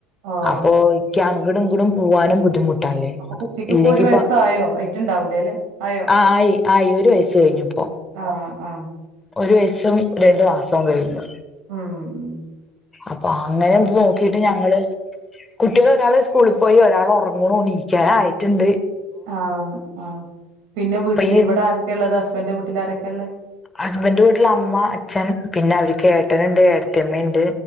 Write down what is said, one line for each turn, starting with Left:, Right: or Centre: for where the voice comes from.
Right: ഓഹ്
Left: അപ്പൊ ഇക്ക അങ്ങാടും ഇങ്ങടും പോവാനും ബുദ്ധിമുട്ടല്ലേ
Right: അപ്പൊ കുട്ടിക്ക്
Left: ഇല്ലെങ്കിപ്പ
Right: ഇപ്പൊ ഒരു വയസ്സായോ ആയിട്ടുണ്ടാവൂലല്ലേ ആയോ
Left: ആഹ് ആയി ആഹ്‌ ഒരു വയസ് കഴിഞ്ഞപ്പോ
Right: ആഹ് ആഹ്
Left: ഒരു വയസും രണ്ടു മാസവും കഴിഞ്ഞു
Right: ഉം ഉം
Left: അപ്പൊ അങ്ങനെ എന്ത് നോക്കിട്ട് ഞങ്ങള് കുട്ടികൾ ഒരാള് സ്കൂളിൽ പോയി ഒരാൾ ഉറങ്ങണ നീക്കാനെ ആയിട്ടുണ്ട്
Right: ആഹ് ആഹ് പിന്നെ വീട്ടിൽ
Left: ഇപ്പൊ ഈ
Right: ഇവിടെ ആരൊക്കെ ഉള്ളത് ഹസ്ബൻന്റെ വീട്ടിൽ ആരൊക്കെയ ഉള്ളത്
Left: ഹസ്ബൻന്റെ വീട്ടില അമ്മ അച്ഛൻ പിന്നെ അവർക്ക് ഏട്ടനുണ്ട് ഏട്ടത്തിയമ്മയുണ്ട്